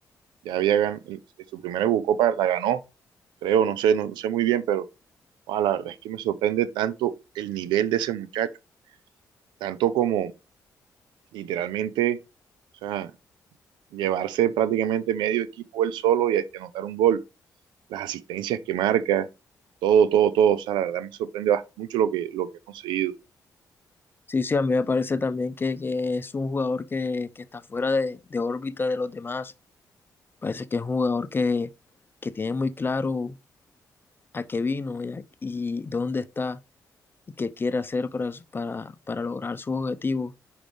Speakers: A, on the right (about 80°); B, on the left (about 30°).
A: ya había ganado, en su primera Eurocopa la ganó, creo, no sé, no, no sé muy bien, pero ah la verdad es que me sorprende tanto el nivel de ese muchacho, tanto como literalmente, o sea, llevarse prácticamente medio equipo él solo y, y anotar un gol. las asistencias que marca, todo, todo, todo. O sea, la verdad me sorprende bast- mucho lo que, lo que ha conseguido.
B: Sí, sí, a mí me parece también que, que es un jugador que, que está fuera de, de órbita de los demás. Parece que es un jugador que, que tiene muy claro a qué vino y, a- y dónde está y qué quiere hacer para, su- para, para lograr sus objetivos.